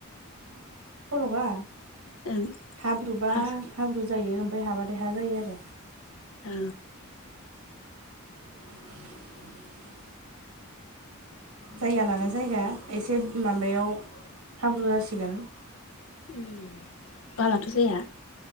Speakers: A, on the right; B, on the left.
A: फलगा।
B: ओं
A: हाब्रुबा
B: हा
A: हाब्रु जायो ओमफाय हाबाथाय हा जायो आरो।
B: औ।
A: <inaudible> जायगा लाना जायगा एसे माबायाव हाब्रु जासिगोन।
B: ओम बालाथ' जाया।